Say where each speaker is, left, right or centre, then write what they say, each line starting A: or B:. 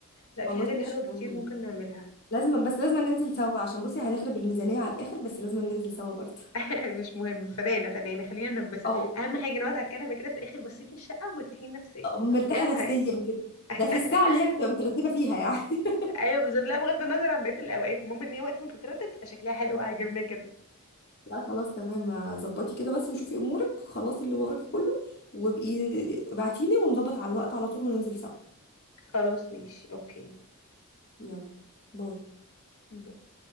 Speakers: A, on the left; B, on the left.
A: لا في
B: خلاص
A: حاجات
B: ماشي
A: حلوه
B: احنا
A: كتير
B: لازم
A: ممكن نعملها
B: لازم بس لازم ننزل سوا عشان بصي هنخرب الميزانيه على الاخر بس لازم ننزل سوا برضه
A: <laughs> مش مهم فدانا فدانا خلينا ننبسط
B: او
A: اهم حاجه نقعد على الكنبه كده في الاخر باصين للشقه ومرتاحين نفسيا
B: أو مرتاحه
A: دي اهم
B: نفسيا
A: حاجه
B: كده
A: <laughs>
B: ده في الساعه اللي هي بتبقى مترتبه فيها يعني <laughs>
A: ايوه بالظبط لا بغض النظر عن بقيه الاوقات المهم ان هي وقت ما تترتب تبقى شكلها حلو وعاجبنا كده
B: لا خلاص تمام ظبطي كده بس وشوفي امورك خلاص اللي وراكي كله وابقي ابعتيلي ونظبط على الوقت على طول وننزل سوا
A: خلاص ماشي اوكي
B: يلا باي
A: باي.